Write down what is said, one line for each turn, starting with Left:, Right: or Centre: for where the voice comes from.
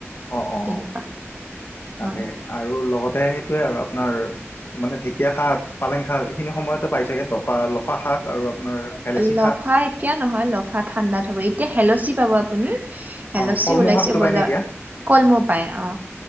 Left: অ অ
Right: তেনেকুৱা
Left: তাকে
Right: হয়
Left: আৰু লগতে সেইটোৱে আৰু আপোনাৰ মানে ঢেঁকীয়া শাক, পালেং শাক এইখিনি সময়তে পাই চাগে লফা লফা শাক আৰু আপোনাৰ হেলেচি
Right: লফা
Left: শাক
Right: এতিয়া নহয় লফা ঠাণ্ডাত হ'ব। এতিয়া শেলচি পাব আপুনি। শেলচি
Left: অ কলমৌ
Right: ওলাইছে
Left: শাকটো
Right: বজাৰত,
Left: পাইনে এতিয়া
Right: কলমূল পাই অ।